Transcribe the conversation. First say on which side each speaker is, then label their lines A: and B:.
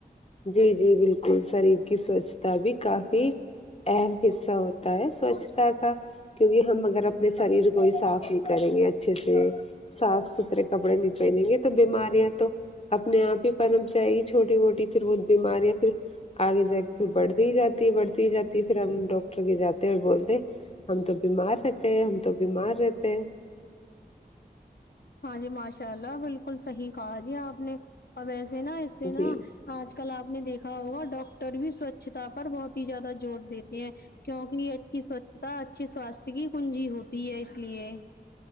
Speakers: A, on the left; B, on the left.
A: جی جی بالکل شریر کی سوچھتا بھی کافی اہم حصہ ہوتا ہے سوچھتا کا کیونکہ ہم اگر اپنے شریر کو ہی صاف نہیں کریں گے اچھے سے صاف ستھرے کپڑے نہیں پہنیں گے تو بیماریاں تو اپنے آپ ہی پرپ جائے گی چھوٹی موٹی پھر وہ بیماریاں پھر آگے جا کے پھر بڑھتی ہی جاتی ہے بڑھتی ہی جاتی ہے پھر ہم ڈاکٹر کے جاتے اور بولتے ہم تو بیمار رہتے ہے ہم تو بیمار رہتے ہیں
B: ہاں جی ماشاء اللہ بالکل صحیح کہا جی آپ نے اب ویسے نا اس سے نا
A: جی
B: آج کل آپ نے دیکھا ہوگا ڈاکٹر بھی سوچھتا پر بہت ہی زیادہ زور دیتے ہیں کیوں کہ اچھی سوچھتا اچھی سواستھ کی کنجی ہوتی ہے اس لیے